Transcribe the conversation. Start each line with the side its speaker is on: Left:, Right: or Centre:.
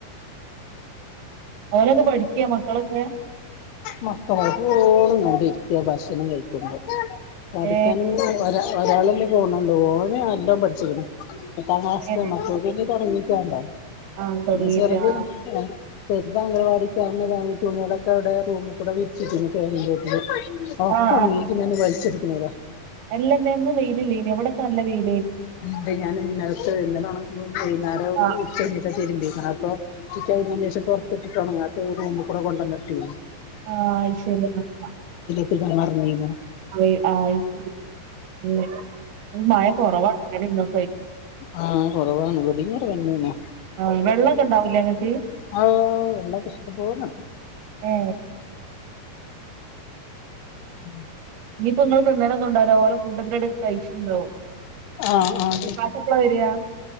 Right: ഓനൊക്കെ പഠി ക്ക മക്കളൊക്കെ
Left: മക്കള് പോണ് ഇവടിരിക്കാ ഭക്ഷണം കഴിക്കുമ്പോ പഠിക്കാൻ
Right: ഏ
Left: <unintelligible> ഒരാ ഒരാള് പോണുള്ളൂ ഓന് എല്ലാം പഠിച്ചേക്കണ്. എട്ടാം ക്ലാസ്.
Right: ഏ
Left: മറ്റോവക്ക് പിന്നെ തൊടങ്ങി ക്യാൻടെ
Right: ആ തുടങ്ങീട്ട്
Left: <unintelligible> ചെറുതിന്
Right: ആ
Left: ഏ ചെറുത് അഗനവാടിക് അവിടുന്ന് തുണികൾ ഒക്കെ അവിടെ റൂമികൂടേ വിരിച്ചിട്ടിന് ഫാനിന്റെ ചോട്ടിൽ ഒക്ക
Right: ആ
Left: ഓണങ്ങിട്ടിങ്ങനെ
Right: ആ
Left: വലിച്ചിട് <unintelligible>
Right: അല്ലന്ന് ന്നു വെയിലില്ലേ ഇനി ഇവിട നല്ല വെയി
Left: അ ഞാൻ ഇന്നലെത്തെ ഇന്നലെ ഒണക് ഇ വൈകുന്നേരംകഴിഞ്ഞിട്ടാ
Right: ആ
Left: തിരുമ്പിയേ അപ്പൊ ഉച്ച കഴിഞ്ഞെന് ശേഷം പുറത്തിട്ടിട്ട് ഒണങ്ങാത്ത ഒരു റൂമി കൂടെ കൊണ്ടന്നിട്ടെ
Right: ആഹ ശരിയ ആ
Left: തരാൻ മറന്നേയിനു
Right: <inaudible> ആയി ശരി മ്മ് മഴ കുറവാ ഇന്നലി ഇന്നും
Left: ആഹ കൊറവാണ് ഇവടിം കുറവേനാണ്
Right: ആ വെള്ളൊക്കെ ഉണ്ടാവൂലേ ഇങ്ങക്ക്
Left: ആ വെള്ളോക്കെ ഇഷ്ടം പോലെണ്ട്
Right: ഏ
Left: ഉം
Right: ഇനി ഇപ്പഇങ്ങള് തിന്നലൊന്നും ഇണ്ടാവൂല ഓലെ കൂട്ടത്തിലടെ കഴിച്ചുണ്ടോ
Left: ആഹ് ആഹ്
Right: ഇക്കാക്കെപ്ല വരിയാ